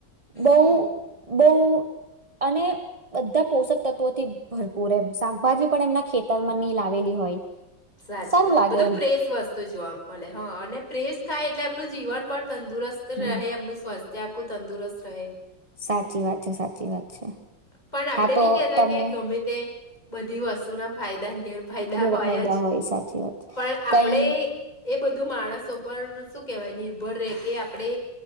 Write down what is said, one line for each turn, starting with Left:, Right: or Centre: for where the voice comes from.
Left: હમ
Right: બહુ બહુ અને બધા પોષક તત્વોથી ભર પૂરમ શાકભાજી પણ એમના ખેતર માં નહીં લાવેલી હોય.
Left: સાચી
Right: સારું
Left: વાત
Right: લાગે
Left: બધું
Right: એમ
Left: ફ્રેશ વસ્તુ જોવા મલે. હા અને પ્રેસ થાય એટલે એમનું જીવન પણ તંદુરસ્ત
Right: હમ
Left: રહે એમનું સ્વાસ્થ્ય આખું તંદુરસ્ત રહે.
Right: સાચી વાત છે સાચી વાત છે
Left: પણ આપણે
Right: હા તો
Left: નહી કહેતા
Right: તમને
Left: કે ગમે તે બધી વસ્તુના ફાયદાને ઘેર ફાયદા
Right: ગેરફાયદા
Left: હોય જ.
Right: સાચી વાત છે.
Left: પણ આપડે
Right: કઈ
Left: એ બધું માણસો પર શું કહેવાયની ઉભર ર કે આપણે